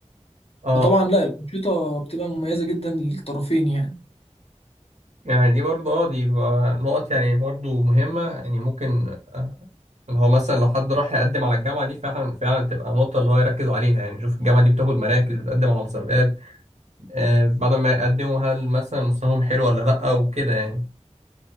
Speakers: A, on the right; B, on the left.
A: اه
B: فطبعا لا الانشطه بتبقى مميزه جدا للطرفين يعني
A: يعني دي برضو اه دي بقى نقط يعني برضو مهمه يعني ممكن اللي هو مثلا لو حد راح يقدم على الجامعه دي فعلا فعلا تبقى نقطه اللي هو يركز عليها يعني شوف الجامعه دي بتاخد مراكز بتقدم على مسابقات آه، بعد ما يقدموا هل مثلا مستواهم حلو ولا لأ وكده يعني